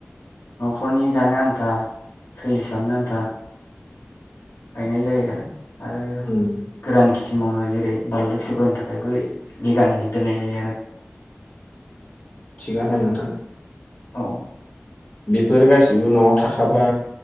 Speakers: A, on the left (about 75°); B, on the left (about 35°).
A: न'खरनि जानो आन्था सोलिसाबनो आन्था। गायनाय जायो आरो। आरो
B: उम
A: गोरान गि। क्किमावनो जेरै बारलु सुबफोरनि थाखायबो बिगानै जि दोननाय जायो आरो।
B: थिगानो नोंथां।
A: औ।
B: बेफोर गासिबो न'आव थाखाबा